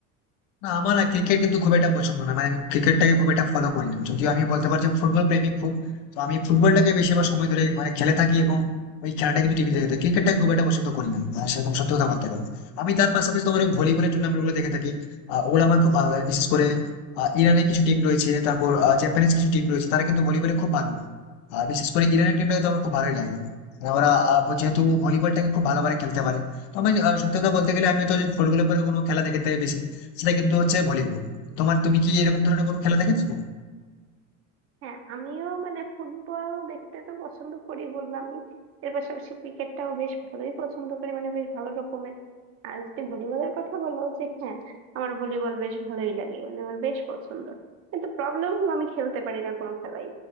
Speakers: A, on the left (about 75°); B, on the right (about 40°).
A: না আমার না ক্রিকেট কিন্তু খুব একটা পছন্দ না মানে আমি ক্রিকেটটাকে খুব একটা ফলো করি না যদিও আমি বলতে পারছি ফুটবল প্রেমিক খুব তো আমি ফুটবলটাকে বেশিরভাগ সময় ধরে মানে খেলে থাকি এবং ওই খেলাটা কিন্তু টিভিতে দেখতে ক্রিকেটটা খুব একটা পছন্দ করি না আর সেরকম সত্যি কথা বলতে গেলে আমি তার পাশাপাশি তোমার ওই ভলিবলের টুর্নামেন্ট গুলো দেখে থাকি আহ, ওগুলো আমার খুব ভালো লাগে বিশেষ করে আহ, ইরানের কিছু টিম রয়েছে তারপর আহ, জাপানিজ কিছু টিম রয়েছে তারা কিন্তু ভলিবলে খুব ভালো আর বিশেষ করে ইরানের টিমটাকে তো আমার খুব ভালোই লাগে মানে ওরা আহ, যেহেতু ভলিবলটাকে খুব ভালোভাবে খেলতে পারে তো আমি আহ, সত্যি কথা বলতে গেলে আমি তো ফুটবলের পরে কোনো খেলা দেখে থাকি বেশি সেটা কিন্তু হচ্ছে ভলিবল তোমার তুমি কি এরকম ধরনের কোনো খেলা দেখেছো
B: হ্যাঁ আমিও মানে ফুটবল দেখতে তো পছন্দ করি বললামই এর পাশাপাশি ক্রিকেটটাও বেশ ভালোই পছন্দ করি মানে বেশ ভালো রকমের আর যদি ভলিবলের কথা বলো যে হ্যাঁ আমার ভলিবল বেশ ভালোই লাগে মানে আমার বেশ পছন্দ কিন্তু প্রবলেম হলো আমি খেলতে পারি না কোনো খেলাই